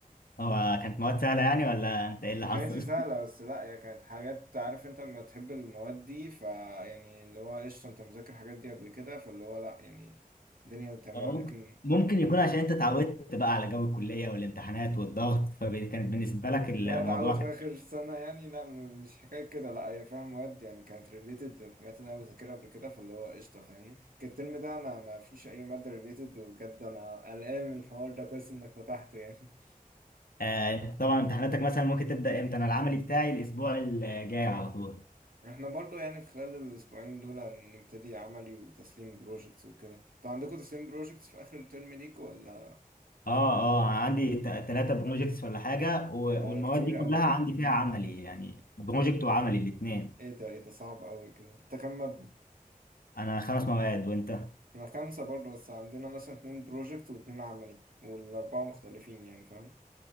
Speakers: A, on the left; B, on the right.
A: هو كانت مواد سهلة يعني ولا انت ايه اللي
B: ما
A: حصل؟
B: كانتش سهلة
A: <laughs>
B: بس لا هي كانت حاجات عارف انت لما تحب المواد دي فيعني اللي هو قشطة انت مذاكر الحاجات دي قبل كده فاللي هو لا يعني الدنيا تمام
A: هو
B: لكن
A: ممكن ممكن يكون عشان انت اتعودت بقى على جو الكلية والامتحانات والضغط فكانت بالنسبة لك الموضوع
B: جاي اتعود في
A: كان
B: اخر سنة يعني لا م- مش حكاية كده لا هي فاهم مواد يعني كانت ريليتد للحاجات اللي انا بذاكرها قبل كده فاللي هو قشطة فاهمني كان الترم ده انا ما فيش اي مادة ريليتد وبجد انا قلقان من الحوار ده كويس انك فتحته يعني
A: آه انت طبعا امتحاناتك مثلا ممكن تبدأ امتى؟ انا العملي بتاعي الاسبوع الجاي على طول
B: احنا برضو يعني في خلال الاسبوعين دول هنبتدي عملي وتسليم بروجكتس وكده انتوا عندكم تسليم بروجكتس في اخر الترم ليك ولا
A: اه
B: كفاية
A: اه
B: بس؟
A: عندي ثلاثة بروجيكتس ولا حاجة و-
B: آه
A: والمواد
B: كتير
A: دي
B: قوي
A: كلها عندي فيها عملي يعني بروجكت وعملي الاثنين
B: ايه ده ايه ده صعب قوي كده انت كام مادة
A: انا خمس مواد وانت
B: احنا خمسة برضو بس عندنا مثلا اتنين بروجكت واتنين عملي والاربعة مختلفين يعني فاهم